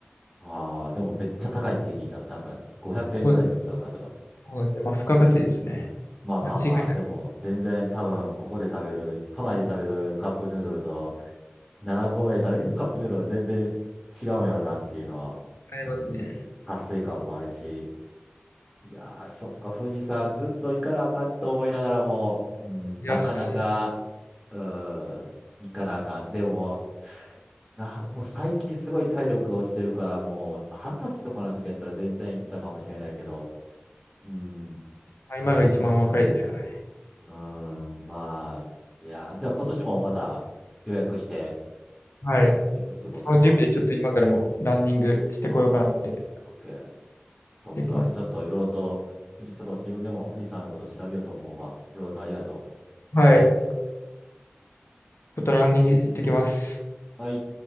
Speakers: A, in the centre; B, on the left.
A: ああ、でもめっちゃ高いって聞いた。なんか、500円ぐらいするんちゃうかとか。
B: そうです。そうですね。まあ、付加価値ですね。
A: まあまあまあ、
B: 間違いなく
A: でも、全然多分、ここで食べる、都内で食べるカップヌードルと、7合目で食べる <laughs> カップヌードルは全然違うんやろなっていうのは、
B: ありますね。
A: うん、達成感もあるし、いやー、そっか、富士山ずっと行かなあかんと思いながらも、うん、
B: いや、
A: なかなか、
B: そうです。
A: うん、行かなあかん。でも、な、もう最近すごい体力が落ちてるから、もう二十歳とかの時やったら全然行けたかもしれないけど、うん、
B: 今が一番若いですからね。
A: うん、まあ、いやー、じゃあ今年もまた予約して
B: はい。
A: 行くってことか。
B: その準備でちょっと今からもランニングしてこようかなって
A: OK。そっか、
B: できます。
A: ちょっといろいろと、富士、ちょっと自分でも富士山のこと調べようと思うわ。いろいろとありがと
B: はい。ちょっとランニング行ってきます。
A: う。はい。